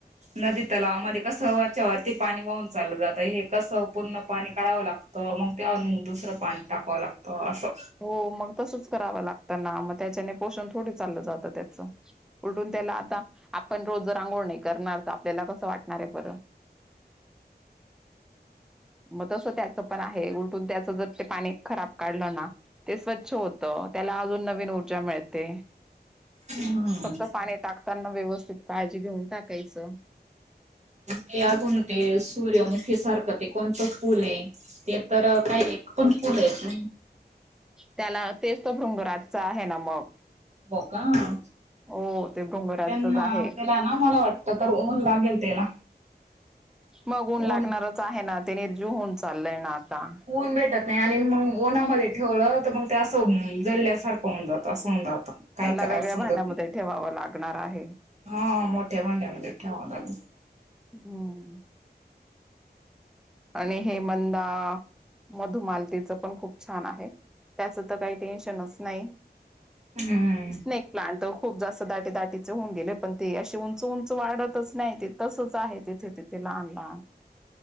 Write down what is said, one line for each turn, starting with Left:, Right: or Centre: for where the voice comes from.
Right: नदी तलावामध्ये कस वरच्या वरती पाणी वाहून चाललं जात हे कसं पूर्ण पाणी काढावं लागतं. तर मग त्या दुसरं पाणी टाकावं लागतं असं.
Centre: हो मग तसच करावं लागतं ना मग त्याच्याने पोषण थोडे चाललं जातं त्याचं. उलठून त्याला आता आपण रोज जर रंघोळ नाही करणार तर आपल्याला कसं वाटणार आहे बरं. मग तसं त्याच पण आहे उलटून त्याच जर ते पाणी खराब काढलं ना. ते स्वच्छ होत त्याला अजून नवीन ऊर्जा मिळते.
Right: हम्म.
Centre: फक्त पाणी टाकताना व्यवस्थित काळजी घेऊन टाकायचं.
Right: ते अजून ते सूर्यमुखी सारखं ते कोणतं फूल आहे ते तर काही कोण फुल आहेत नाही.
Centre: त्याला तेच तर भृंगराजच आहे ना मग
Right: हो का?
Centre: हो ते डोंगराचच
Right: त्यांना
Centre: आहे.
Right: त्याला ना मला वाटत तर ऊन लागेल त्याला
Centre: मगून
Right: ऊन
Centre: लागणारच आहे ना ते निर्जी होन चाललय ना आता
Right: होऊन भेटतात. नाही आणि मग ओनमध्ये ठेवलं तर मग ते असं जळल्यासारखं होऊन जात असं होऊन जातं. काय
Centre: त्याला
Right: करावं
Centre: वेगळ्या
Right: समजत
Centre: भांड्यामध्ये
Right: नाही
Centre: ठेवावं लागणार आहे.
Right: हा मोठ्या भांड्यामध्ये ठेवा लाग.
Centre: होम्म. आणि हेमंदा. मधुमालतीच पण खूप छान आहे त्याचं तर काही टेन्शनच नाही.
Right: हम्म
Centre: स्नेक प्लांट खूप जास्त दाटे दाटीचे होऊ गेले पण ते अशी उंच उंच वाढतच नाही ते तसच आहे तिथेथ. ते लहान लहान